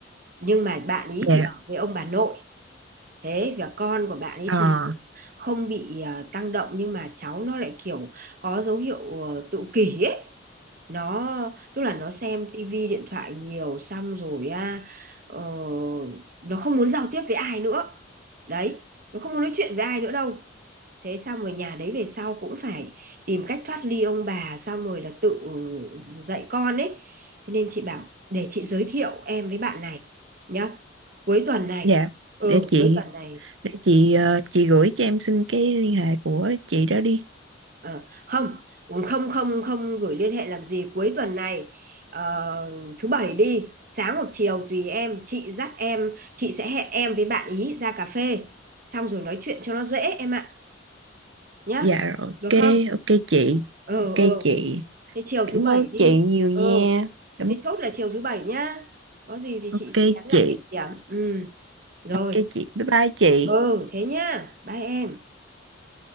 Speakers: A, on the right (about 45°); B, on the right (about 70°).
A: nhưng mà bạn ý
B: dạ
A: thì ở với ông bà nội thế và con của bạn ấy
B: ờ
A: thì không bị ờ, tăng động nhưng mà cháu nó lại kiểu có dấu hiệu ờ, tự kỷ ấy nó tức là nó xem tivi điện thoại nhiều xong rồi á ờ, nó không muốn giao tiếp với ai nữa đấy nó không muốn nói chuyện với ai nữa đâu thế xong rồi nhà đấy về sau cũng phải tìm cách thoát ly ông bà xong rồi là tự dạy con ấy thế nên chị bảo để chị giới thiệu em với bạn này nhá cuối tuần này
B: dạ
A: ừ
B: để chị
A: cuối tuần này
B: để chị ờ, chị gửi cho em xin cái liên hệ của chị đó đi
A: Ờ, không không không không gửi liên hệ làm gì cuối tuần này ờ, thứ bảy đi sáng hoặc chiều tùy em chị dắt em chị sẽ hẹn em với bạn ý ra cà phê xong rồi nói chuyện cho nó dễ em ạ nhá
B: dạ rồi,
A: được
B: ok
A: không
B: ok chị
A: ờ
B: ok
A: ờ
B: chị
A: thế chiều
B: cảm
A: thứ bảy
B: ơn
A: đi
B: chị nhiều nha
A: ờ
B: cảm
A: thế chốt là chiều thứ bảy nhá có gì thì
B: ok
A: chị chị nhắn
B: chị
A: lại địa điểm ừ rồi
B: ok chị bye bye chị
A: ừ thế nhá bye em